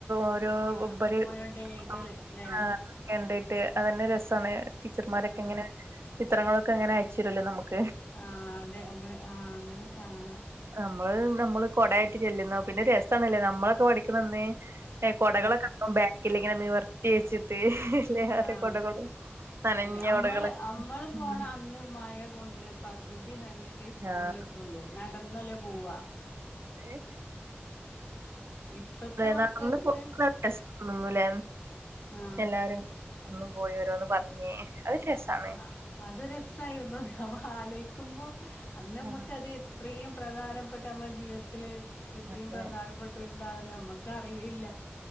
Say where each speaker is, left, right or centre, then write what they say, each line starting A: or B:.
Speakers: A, on the right (about 80°); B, on the left (about 55°).
A: ഓരോ
B: ആഹ്
A: <unintelligible>
B: ഓരോ ഡേകള് ല്ലേ
A: അതേ അത് ന്നെ രസാണ് ടീച്ചർമാരൊക്കെ
B: ആഹ്
A: എങ്ങനെ ഇത്രനാളൊക്കങ്ങനെ അയച്ചരുല്ലോ നമുക്ക്
B: ആഹ അതെ അങ്ങനെ ആ അങ്ങനെ കാണാം
A: നമ്മള് നമ്മള് കൊടയായിട്ട് ചെല്ലുന്ന പിന്നെ രസം രസാണല്ലേ നമ്മളൊക്കെ പഠിക്കുന്നന്നേ കൊടകളൊക്ക
B: ആഹ്
A: ഇല്ല ഇങ്ങനെ നിവർത്തി വെച്ചിട്ട് എല്ലാരെ
B: ആഹ
A: കൊടകളും നനഞ്ഞ
B: അതെ നമ്മള്
A: കൊടകളൊക്കെ
B: നമ്മള് പോണ
A: ഉം
B: അന്ന് മഴ കൊണ്ട് പകുതി നനഞ്ഞിട്ട് സ്കൂളിൽ
A: ആഹ്
B: എത്തുള്ളൂ നടന്നല്ലേ പോവ
A: ഏ
B: ഇപ്പത്തെ മക്കൾക്ക്
A: നടന്ന് പോ അതൊന്നുമില്ല
B: ആഹ്
A: എല്ലാവരും ഒന്നു പോയി ഓരോന്ന് പറഞ്ഞ് അത് രസാണ്
B: ആഹ് അത് രസായിരുന്നു അവ ആലോയിക്കുമ്പോ അന്ന് നമ്മുക്ക്
A: ആഹ്
B: അത് എത്രയും പ്രധാനപ്പെട്ട നമ്മളുടെ ജീവിതത്തിൽ ഇത്രയും
A: അതെ
B: പ്രധാനപ്പെട്ട ഒരു എന്താണെന്ന് നമ്മക്ക് അറിയില്ല